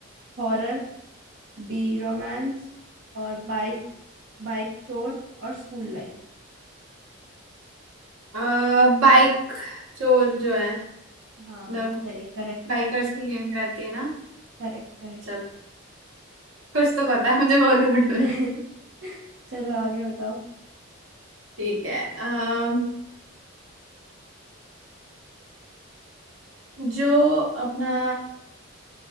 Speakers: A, on the right; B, on the right.
A: horror B romance और बाइक बाइक चोर और स्कूल लाइफ
B: हाँ बाइक चोर जो है
A: हाँ
B: मतलब
A: सही Correct
B: बाइकर्स की गैंग रहती है ना
A: correct correct
B: चल कुछ तो पता है मुझे बॉलीवुड में
A: <laughs> चलो आगे बताओ
B: ठीक है अम, जो अपना